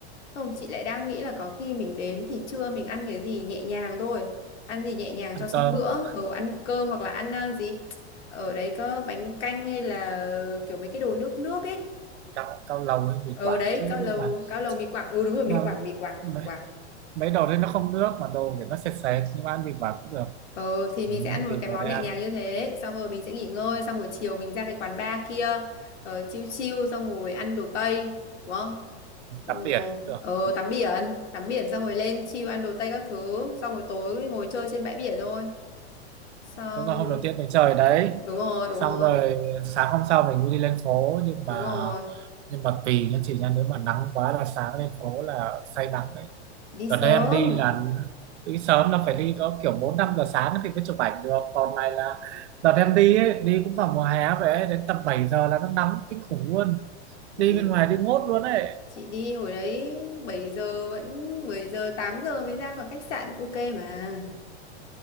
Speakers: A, on the left; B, on the right.
A: Không, chị lại đang nghĩ là có khi mình đến thì trưa mình ăn cái gì nhẹ nhàng thôi. Ăn gì nhẹ nhàng
B: ăn
A: cho xong
B: cơm
A: bữa. Ờ, ăn cơm hoặc là ăn ờ, gì. Ở đấy có bánh canh hay là kiểu mấy cái đồ nước nước ấy.
B: cao cao lầu hay mì
A: Ở
B: Quảng
A: đấy,
B: chứ
A: cao
B: nhưng
A: lầu,
B: mà
A: cao lầu mì Quảng. Ừ đúng rồi, mì
B: nhưng
A: Quảng, mì Quảng,
B: mà
A: mì Quảng.
B: mấy đồ đấy nó không nước mà đồ kiểu nó sệt sệt nhưng mà ăn thịt vào cũng được
A: Ừ, thì mình
B: ừ,
A: sẽ ăn một
B: thịt
A: cái
B: vào
A: món
B: đây
A: nhẹ
B: ăn
A: nhàng như thế xong rồi mình sẽ nghỉ ngơi xong rồi chiều mình ra cái quán bar kia uh, chill chill xong rồi ăn đồ Tây đúng không ừ,
B: tắm biển cũng được
A: ờ,
B: ừ.
A: tắm biển tắm biển xong rồi lên chill ăn đồ Tây các thứ xong rồi tối ngồi chơi trên bãi biển thôi xong
B: Đúng là hôm đầu tiên mình chơi ở đấy
A: đúng rồi đúng
B: xong
A: rồi
B: rồi sáng hôm sau mình mới đi lên phố nhưng mà
A: đúng rồi
B: nhưng mà tùy nha chị nha nếu mà nắng quá là sáng lên phố là say nắng đấy
A: đi
B: đợt đây
A: sớm
B: em đi là đi sớm là phải đi có kiểu bốn năm giờ sáng thì mới chụp ảnh được còn này là đợt em đi ấy, đi cũng vào mùa hè vậy ấy, đến tầm 7 giờ là nó nắng kinh khủng luôn
A: thì
B: đi bên ngoài đi mốt luôn ấy
A: chị đi hồi đấy 7 giờ vẫn 7 giờ 8 giờ mới ra khỏi khách sạn ok mà